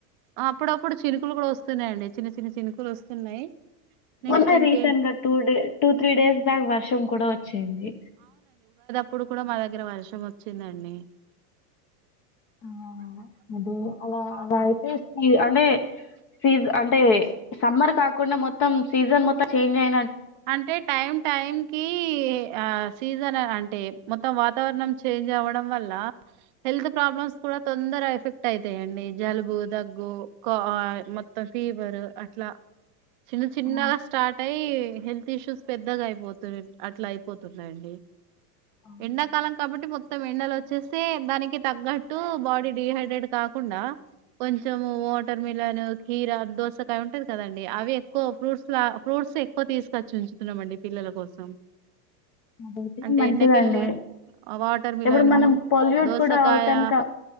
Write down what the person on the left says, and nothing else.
మొన్న
రీసెంట్ గా two day two three days back వర్షం కూడా వచ్చింది
ఆ అదే అలా పై పేస్ <unintelligible> సీజ్ అంటే సమ్మర్ కాకుండా మొత్ త్తం మొత్తం సీజన్ మొత్తం చేంజ్ అయిన
ఆ
అవును
అదైతే
మంచిదండి
ఇప్పుడు మనం పొల్యూట్
కూడా అవుతాం క